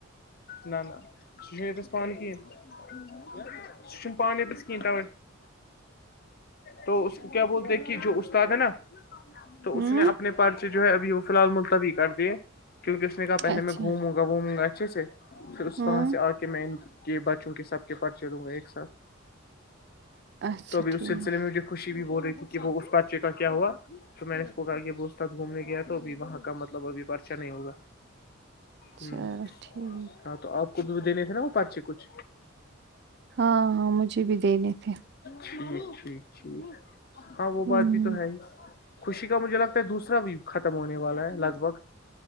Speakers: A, on the left; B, on the right.
A: نہ ن س ن ایتس پانی کی نہ س پانی پسکتا تو اس کو کیا بولتے کہ جو استاد ہے نا تو اس
B: ہوں
A: نے اپنے پرچے جو ہے ابھی وہ فی الحال ملتوی کر دیے کیونکہ اس نے کہا پہل
B: اچھا
A: میں گھوموں گا وھوموں گا اچھے سے پھر اس
B: ہوں
A: طح سے آ کے میں کہ بچوں کے سب کے پر چلوں گا ایک ساتھ
B: اچھا
A: تو ابھی اس
B: ٹھیک
A: سلسلے میںھے خوشی بھی بول رہی تھی کہ وہ اس بادچے کا کیا ہوا تو میں نے اس کو کہ وہ استاھ گھومنے گیا تھا تو بھی وہاں کا مطلب ابھی پرچا نہیں ہوگا ہ
B: چلو ٹھیک
A: ہاں تو آپ کو بھی دینے تھے نا وہ پچے کچھ
B: ہاں ہاں مجھے بھی دینے تھے
A: ٹھیک ٹھیک ٹھیک ہاں وہ بات
B: ہوں،
A: بھی تو ہے ہی خوشی کا مجھے لگتا ہے دوسرا بھی ختم ہونے والا ہے لگ بھگ